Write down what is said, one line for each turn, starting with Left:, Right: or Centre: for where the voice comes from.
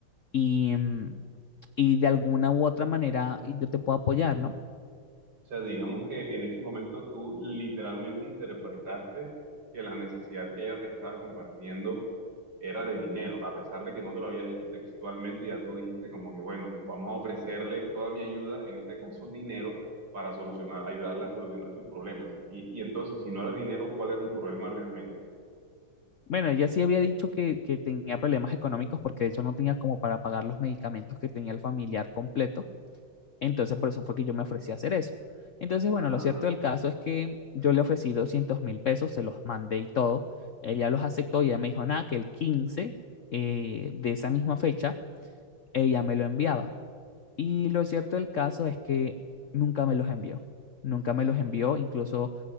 Left: y, mm, y de alguna u otra manera yo te puedo apoyar, ¿no?
Right: O sea, digamos que en este momento tú literalmente interpretaste que la necesidad que ella te estaba compartiendo era de dinero, a pesar de que no te lo había dicho textualmente, ya tú dijiste como que, bueno, vamos a ofrecerle toda mi ayuda, en este caso dinero, para solucionar, ayudarle a solucionar sus problemas. Y, y entonces, si no era dinero, ¿cuál era el problema realmente?
Left: Bueno, ella sí había dicho que, que tenía problemas económicos porque de hecho no tenía como para pagar los medicamentos que tenía el familiar completo. Entonces, por eso fue que yo me ofrecí a hacer eso. Entonces, bueno,
Right: Ah.
Left: lo cierto del caso es que yo le ofrecí doscientos mil pesos, se los mandé y todo. Ella los aceptó y ella me dijo, nada, que el 15 eh, de esa misma fecha ella me lo enviaba. Y lo cierto del caso es que nunca me los envió, nunca me los envió, incluso